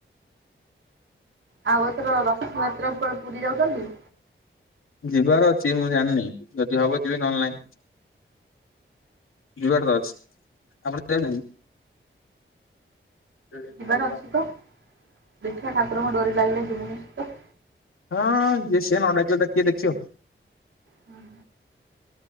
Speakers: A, on the right (about 65°); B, on the left (about 80°).
A: ଆଉ ଏଥର ରଥଯାତ୍ରାକୁ କୁଆଡ଼େ ପୁରୀ ଯାଉଛନ୍ତି‌?
B: ଯିବାର ଅଛି ମୁଁ ଜାଣିନି, ଯଦି ହବ ଯିବି ନହେଲେ ନାହିଁ। ଯିବାର ତ ଅଛି। ଆପଣ। <unintelligible> ଯାଉଛନ୍ତି?
A: ଯିବାର ଅଛି ତ, ଦେଖିବା ଠାକୁରଙ୍କ ଡୋରି ଲାଗିଲେ ଯିବୁ ନିଶ୍ଚିତ।
B: ହଁ, ଯେ ସିଏ ନ ଡାକିଲେ ତାକୁ କିଏ ଦେଖିବ?
A: ହଁ।